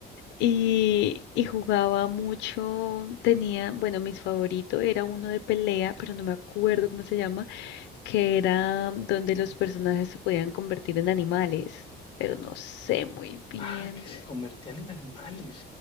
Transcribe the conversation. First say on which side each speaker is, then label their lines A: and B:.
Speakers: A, on the left; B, on the left.
A: y, y jugaba mucho, tenía, bueno, mis favoritos era uno de pelea, pero no me acuerdo cómo se llama, que era donde los personajes se podían convertir en animales, pero no sé muy bien.
B: Ah, que se convertían en animales.